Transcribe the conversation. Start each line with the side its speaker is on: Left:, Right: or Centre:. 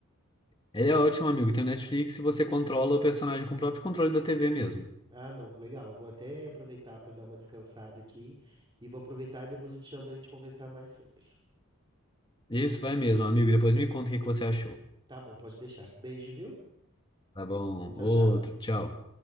Left: Ele é ótimo, amigo. Tem o Netflix e você controla o personagem com o próprio controle da TV mesmo.
Right: Ah, não, legal. eu Vou até aproveitar para dar uma descansada aqui e vou aproveitar e depois eu te chamo pra gente conversar mais sobre.
Left: Isso vai mesmo, amigo. Depois me conta o que que você achou.
Right: Tá bom, pode deixar. Beijo, viu?
Left: Tá bom.
Right: Tchau,
Left: Outro,
Right: tchau.
Left: tchau.